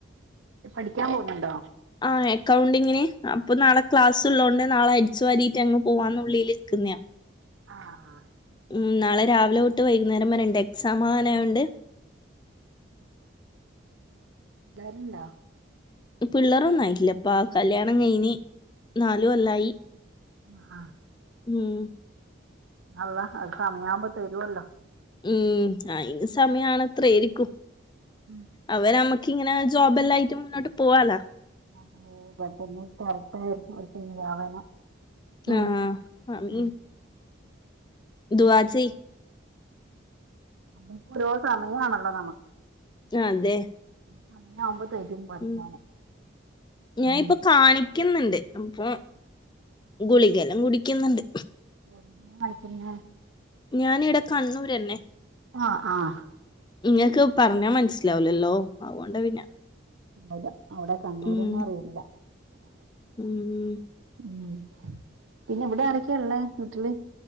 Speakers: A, on the right; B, on the left.
A: പഠിക്കാൻ പോന്നുണ്ടോ
B: ആ അക്കൗണ്ടിങ്ങിന് അപ്പൊ നാളെ ക്ലാസ് ഉള്ളോണ്ട് നാളെ അടിച്ചു വാ രീട്ടങ്ങ് പോവാന്നുള്ളിൽ നിക്കിന്നെയാ
A: ആ അ ആ
B: ഉം നാളെ രാവിലെ തൊട്ട് വൈകുന്നേരം വരെണ്ട് എക്സാം ആങ്ങനായണ്ട്
A: തരേണ്ടോ
B: പിള്ളേരൊന്നും ആയില്ലപ്പാ ആ കല്യാണം കഴിഞ്ഞ് നാലു കൊല്ലായി
A: ആഹ് ആഹ്
B: ഉം
A: അള്ളാ അത് സമയാമ്പോ തരുവല്ലോ.
B: ഉം അയിനു സമയാണത്രെ <unintelligible>
A: ഉം
B: അവര് നമ്മുക്കിങ്ങനെ
A: അതെ
B: ജോബെല്ലായിട്ട് മുന്നോട്ട് പോവാലൊ.
A: <unintelligible> ഉം
B: ആഹ് ആമീൻ
A: ഉം
B: ദുആ ചെയ്യ്.
A: എത്രോ സമയാണല്ലോ നമുക്ക്.
B: അതെ.
A: സമയ ആവുമ്പോത്തരും പടച്ചോന്
B: ഉം ഞാൻ
A: മ്
B: ഇപ്പൊ കാണിക്കുന്നുണ്ട് അപ്പൊ ഗുളികെല്ലാം കുടിക്കുന്നുണ്ട്.
A: എവിടുന്നാ വാങ്ങിക്കുന്നേ?
B: ഞാനീയിടെ കണ്ണൂരെന്നെ
A: ആഹ് ആഹ്
B: ഇങ്ങക്ക് പർഞ്ഞാ മൻസ്സിലാവ് ലല്ലോ അതുകൊണ്ടാ പിന്നെ
A: അതെ അവിടെ കണ്ണൂരെന്നെ
B: ഉം
A: അറിയില്ല
B: ഉം
A: ഉം പിന്നെ ഇവിടെ ആരൊക്കെള്ളേ വീട്ടില്